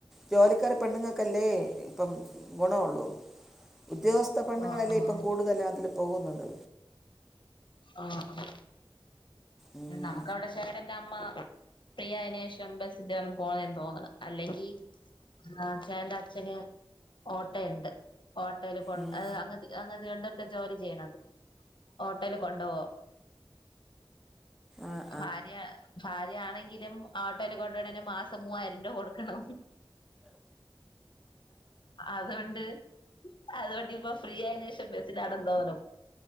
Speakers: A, in the centre; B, on the left.
A: ജോലിക്കാര് പെണ്ണുങ്ങക്കല്ലേ ഇപ്പം ഗുണേള്ളൂ. ഉദ്യോഗസ്ഥ പെണ്ണുങ്ങളല്ലേ
B: ആഹ് ആഹ്
A: ഇപ്പം കൂടുതലാതിൽ പോകുന്നത്.
B: ആഹ് ആഹ്
A: ഉം.
B: നമുക്കവിടെ ശെടന്റെമ്മ. ഫ്രീ ആയിനേഷം ബസ്സ്ലാണ് പോന്നെ തോന്നണ് അല്ലെങ്കി. ആഹ് ഛാന്റെ അച്ഛന് ഓട്ടെണ്ട്. ഓട്ടോല് കൊണ്ട്
A: ഉം.
B: അങ്ങ് അങ്ങത്തെ ഞാന് തിരുവനന്തപുരത്തെ ജോലി ചെയ്യണത് ഹോട്ടല് കൊണ്ടൊവോ
A: ആആഹ്
B: ഭാര്യ ഭാര്യയാണെങ്കിലും ഓട്ടല് കൊണ്ട്ണെന് മാസം മൂവായിരം രൂപ കൊടുക്കണം അതൊണ്ട് അതോണ്ടിപ്പോ ഫ്രീ ആയേനേശേഷം ബസ്സിലാണെന്ന് തോന്നണേ